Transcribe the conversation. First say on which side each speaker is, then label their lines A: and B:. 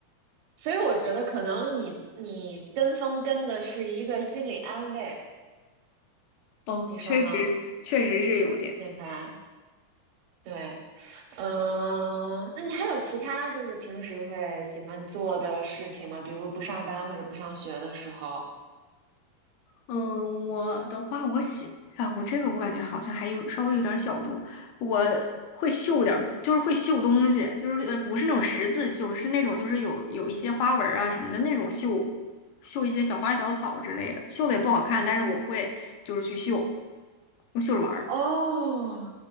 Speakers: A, on the right (about 80°); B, on the left (about 85°).
A: 所以我觉得可能你你跟风跟的是一个心理安慰，
B: 哦，
A: 你说呢？
B: 确实确实是有点。
A: 对吧？对，嗯，那你还有其他就是平时会喜欢做的事情吗？比如不上班或者不上学的时候。
B: 嗯，我的话，我喜啊，我这个我感觉好像还有稍微有点儿小众。我会绣点儿就是会绣东西，就是呃不是那种十字绣，是那种就是有有一些花纹儿啊什么的那种绣，绣一些小花小草之类的，绣的也不好看，但是我会就是去绣，我绣着玩儿。
A: 哦，